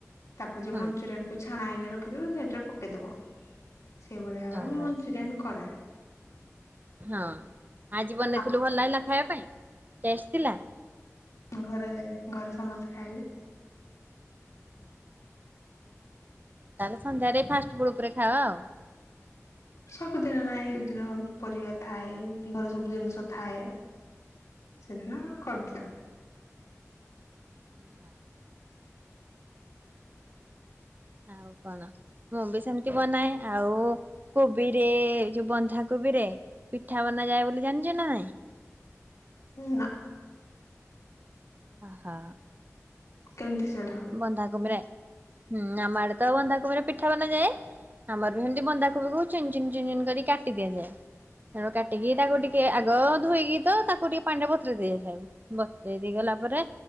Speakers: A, on the left (about 75°); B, on the right (about 35°).
A: ତାପରେ ଯୋଉ ମଞ୍ଚୁରିଆନ
B: ହୁଁ
A: କୁ ଛାଣା ହେଇକିନା ରଖିଥିବୁ ସେଇଟାରେ ପକେଇଦବ। ସେଇଭଳି ଭାବରେ
B: ଓହୋ
A: ମୁଁ ମନଞ୍ଚୁରିଆନ କରେ।
B: ହଁ ଆଜି ବନେଇଥିଲୁ
A: ଆଉ
B: ଭଲ ଲାଗିଲା ଖାଇବା ପାଇଁ ଟେଷ୍ଟ ଥିଲା?
A: ଘରେ ଘରେ ସମସ୍ତେ ଖାଇଲେ
B: ମଶା ତାଲେ ସନ୍ଧ୍ୟାରେ ଫାଷ୍ଟ ଫୁଡ ଉପରେ ଖାଇବା ଆଉ।
A: ସବୁଦିନ ନାଇଁ ଦିନ ପରିବା ଥାଏ, ଘରେ ସବୁ ଜିନିଷ ଥାଏ ସେଦିନ କରଦିଅ।
B: ହାଁ। ଆଉ କଣ? ମୁଁ ବି ସେମତି ବନାଏ। ଆଉ କୋବିରେ ଯୋଉ ବନ୍ଧା କୋବିରେ ପିଠା ବନା ଯାଏ ବୋଲି ଜାଣିଚ ନା ନାଇଁ।
A: ଉଁ ନା।
B: ଅହ।
A: କେମତି ସେଡା?
B: ବନ୍ଧାକବ ରେ। ହୁଁ ଆମ ଆଡେ ତ ବନ୍ଧାକୋବିରେ ପିଠା ବନାଯାଏ। ଆମରଭେଣ୍ଡି ବନ୍ଦାକୋବିକୁ ଚିିନଚିନ୍ ଚିନ କରିକି କାଟି ଦିଆଯାଏ। ତ କାଟିକି ତାକୁ ଟିକେ ଆଗ ଧୋଇକି ତ ତାକୁ ଟିକେ ପାଣି ରେ ବତୁରେଇ ଦିଆ ଯାଇଥାଏ। ବତୁରେଇ ଦେଇଗଲା ପରେ